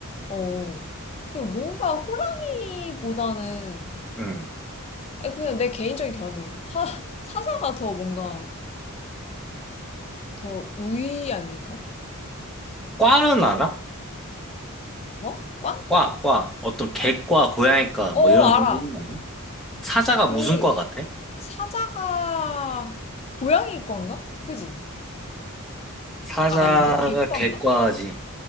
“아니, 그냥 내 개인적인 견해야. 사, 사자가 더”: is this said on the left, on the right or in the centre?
Left